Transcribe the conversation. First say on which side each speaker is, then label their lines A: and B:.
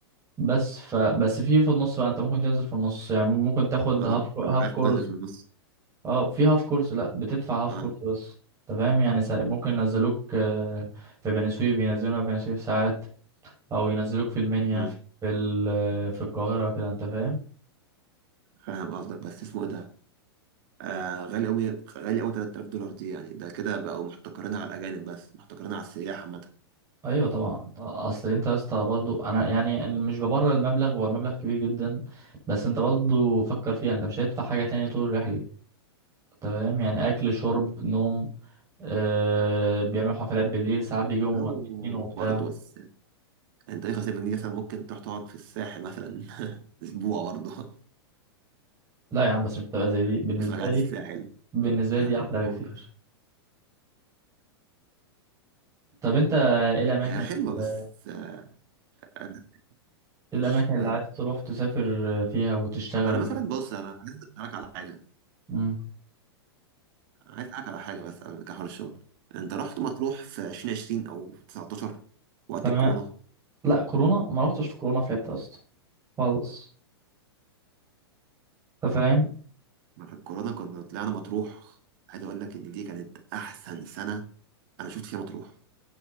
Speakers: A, on the right (about 25°); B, on the right (about 55°).
A: بس ف بس في في النص بقى انت ممكن تنزل في النص يعني ممكن تاخد
B: أه
A: هاف هاف
B: أنا عارف
A: كورس
B: مكلف في النص
A: اه في هاف كورس لا بتدفع هاف
B: أه
A: كورس بس انت فاهم يعني سا... ممكن ينزلوك آه، في بني سويف ينزلونا في بني سويف ساعات او ينزلوك في المنيا
B: مم.
A: في ال... آه، في القاهرة كده انت فاهم
B: فاهم قصدك بس اسمه إيه ده آه غالي أوي غالي أوي 3000 دولار دي يعني ده كده بقوا محتكرينها على الأجانب بس محتكرينها على السياح عامة
A: ايوه طبعا ط- اصل انت يا اسطى برضو انا يعني مش ببرر المبلغ هو المبلغ كبير جدا بس انت برضو فكر فيها انت مش هتدفع حاجة تاني طول الرحلة انت فاهم يعني اكل شرب نوم أه... بيعملوا حفلات بالليل ساعات بيجوا مغنيين
B: لو
A: وبتاع
B: برضه بس انت ايه 5000 جنيه مثلا ممكن تروح تقعد في الساحل مثلا <laughs> اسبوع برضه
A: لا يا عم بس مش بتبقى زي دي بالنسبة
B: مش مجاعة
A: لي
B: الساحل
A: بالنسبة
B: آه،
A: لي دي احلى بكتير
B: ممكن
A: طب انت ايه الاماكن
B: هي
A: ايه
B: حلوة بس آه، أنا
A: الاماكن
B: مش عجباني
A: اللي عايز تروح تسافر فيها وتشتغل
B: أنا مثلا بص أنا عايز أسألك على حاجة
A: امم
B: أنا عايز أسألك على حاجة بس قبل كحول الشغل أنت رحت مطروح في 2020 أو 19 وقت
A: تمام
B: الكورونا
A: لا كورونا ما رحتش في كورونا في حته اصلا خالص انت فاهم
B: في الكورونا كنا طلعنا مطروح عايز أقول لك إن دي كانت أحسن سنة أنا شفت فيها مطروح